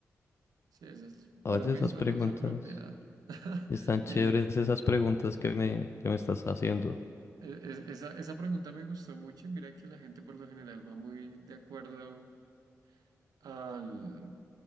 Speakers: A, on the right; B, on the left.
A: sí, esa es-
B: Oye,
A: para mí
B: esas
A: es la
B: preguntas.
A: más apropiada. <laughs>
B: Están chéveres
A: Y e-
B: esas preguntas que me, que me estás haciendo.
A: e- esa, esa pregunta me gustó mucho y mira que la gente por lo general va muy de acuerdo al,